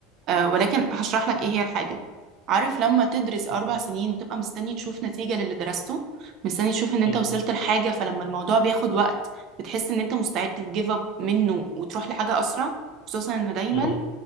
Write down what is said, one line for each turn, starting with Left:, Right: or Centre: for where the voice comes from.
Right: آه ولكن هشرح لك إيه هي الحاجة عارف لما تدرس أربع
Left: مم.
Right: سنين وتبقى مستني تشوف نتيجة للي درسته مستني تشوف إن أنت
Left: مم.
Right: وصلت لحاجة فلما الموضوع بياخد وقت بتحس إن أنت مستعد تجيف أب منه وتروح لحاجة أسرع خصوصا إنه دايما
Left: مم.